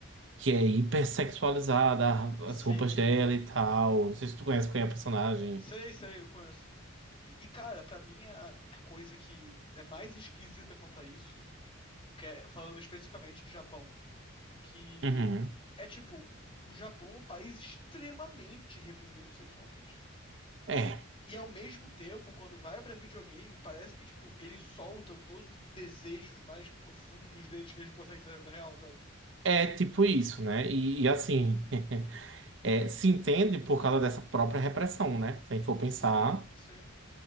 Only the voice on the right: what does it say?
que é hipersexualizada, a- as
roupas dela e tal. Não sei se tu conhece qual é a personagem.
Uhum.
É.
É tipo isso, né? E, e assim, <laughs> é, se entende por causa dessa própria repressão, né? Se a gente for pensar.